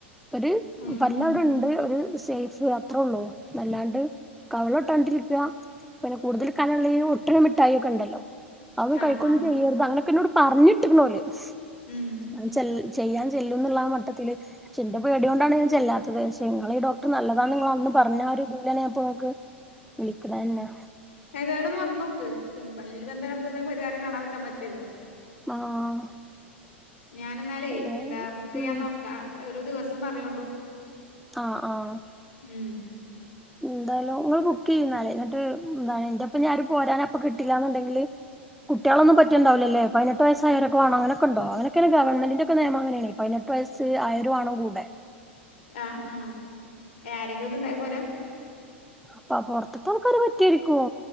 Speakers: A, in the centre; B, on the left.
A: ഒരു
B: ഉം
A: പല്ലവിടെ
B: ഉം
A: ഇണ്ട് ഒരു സേഫ് അത്രോ ഒള്ളൂ അല്ലാണ്ട്. കവിളൊട്ടാണ്ടിരിക്കുക പിന്നെ കൂടുതല് കനള്ള ഈ ഒട്ട്ണ മിഠായിയൊക്കെ ഉണ്ട ല്ലോ അത്
B: ആ
A: കഴിക്കൊന്നും
B: ആ
A: ചെയ്യരുത് അങ്ങനൊക്കെ എന്നോട് പറഞ്ഞിട്ട്ണ്ട് ഓല്
B: ഉം
A: <unintelligible> ചെൽ ചെയ്യാൻ ചെല്ലും എന്നുള്ള ആ മട്ടത്തില് പക്ഷെ ഇന്റെ പേടിയോണ്ടാണ് ഞാൻ ചെല്ലാത്തത്. നിങ്ങള ഈ ഡോക്ടറ് നല്ലതാന്ന് നിങ്ങളന്ന് പറഞ്ഞ ആ ഒരു ഇതിനാത്തോക്ക് വിളിക്കണന്നെ
B: എന്തായാലും വന്നോക്ക് പിന്നെ പല്ല് പ്പോ എന്തായാലും നമുക്ക് എന്തേലും പരിഹാരം കണാതിരിക്കാൻ പറ്റില്ലല്ലോ.
A: ആഹ്
B: ഞാനെന്നാലേ
A: അതെ.
B: എന്താ ബുക്ക് ചെയ്യാൻ
A: ഉം
B: നോക്കാ ഒരു ദിവസം പറയോണ്ടു.
A: ആഹ് ആഹ്
B: ഉം
A: എന്തായാലും നിങ്ങള് ബുക്ക് ന്നാല് എന്നിട്ട് എന്താ എന്റെ പിന്നെ ആരും പോരാനപ്പൊ കിട്ടില്ലാന്നുണ്ടെങ്കില് കുട്ടികളൊന്നും പറ്റിണ്ടാവില്ലല്ലേ പതിനെട്ട് വയസായോരൊക്ക വേണം അങ്ങനൊക്കൊണ്ടോ അങ്ങനൊക്കാണ് ഗവൺമെന്റിന്റൊക്കെ നിയമങ്ങനാണേ പതിനെ വയസ്സ് ആയിരം ആണോ കൂടെ
B: ആഹ് ആഹ് ആരെങ്കിലും ഒന്നും ഉണ്ടായാ പോരാ
A: അപ്പ പൊറത്ത്ത്തെ ആൾക്കാരെ പറ്റുവായിക്കുവാ